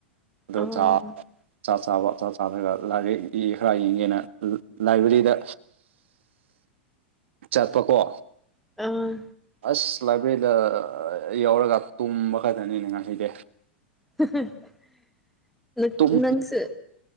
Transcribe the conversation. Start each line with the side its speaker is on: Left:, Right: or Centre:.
Right: ꯑꯗꯣ
Centre: ꯑꯥ
Right: ꯆꯥ ꯆꯥꯛ ꯆꯥꯕ ꯆꯥꯛ ꯆꯥꯗꯒ ꯂꯥꯏꯕ ꯈꯔ ꯌꯦꯡꯒꯦꯅ ꯂꯥꯏꯕ꯭ꯔꯦꯔꯤꯗ ꯆꯠꯄ ꯀꯣ
Centre: ꯑꯥ
Right: ꯑꯁ ꯂꯥꯏꯕ꯭ꯔꯦꯔꯤꯗ ꯌꯥꯎꯔꯒ ꯇꯨꯝꯕ ꯈꯛꯇꯅꯤꯅꯦ ꯉꯥꯍꯩꯗꯤ
Centre: <unintelligible>
Right: ꯨꯇꯨꯝ
Centre: ꯅꯪꯁꯨ